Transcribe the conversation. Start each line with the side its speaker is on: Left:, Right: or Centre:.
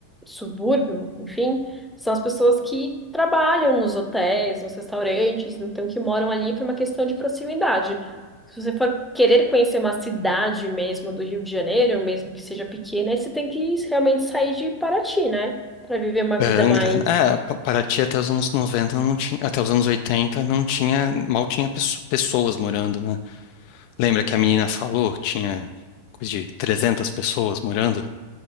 Centre: subúrbio, enfim, são as pessoas que trabalham nos hotéis, nos restaurantes, então que moram ali por uma questão de proximidade. Se você for querer conhecer uma cidade mesmo do Rio de Janeiro, mesmo que seja pequena, aí você tem que realmente sair de Paraty, né? Para viver uma vida
Left: É, Angra,
Centre: mais
Left: é, Pa- Paraty até os anos 90, não tinha, até os anos 80 não tinha, mal tinha pesso- pessoas morando, né? Lembra que a menina falou que tinha coisa de 300 pessoas morando?